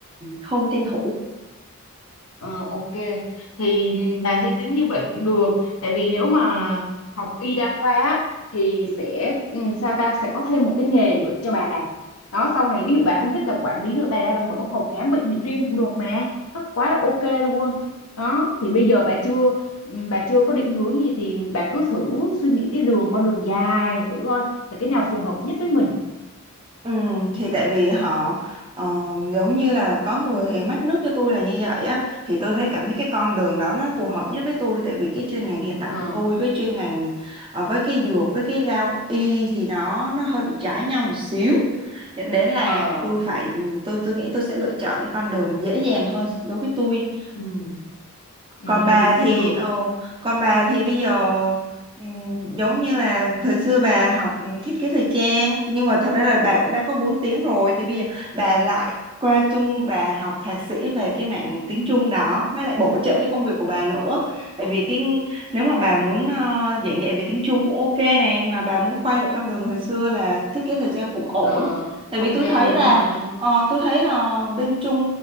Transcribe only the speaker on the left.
Ờ, ok thì bà thấy tính như vậy cũng được tại vì nếu mà học y đa khoa á, thì sẽ ừ, sao ta sẽ có thêm một cái nghề nữa cho bà đó sau này ví dụ bà không thích làm quản lý nữa bà ra bà mở phòng khám bệnh viện riêng cũng được mà nó quá là ok luôn đó thì bây giờ bà chưa ừ, bà chưa có định hướng gì thì bà cứ thử suy nghĩ cái đường con đường dài thử coi là cái nào phù hợp nhất với mình
ờ
ờ
ừ,
ừ,
thì cũng
được
ờ
ok
đúng rồi đúng rồi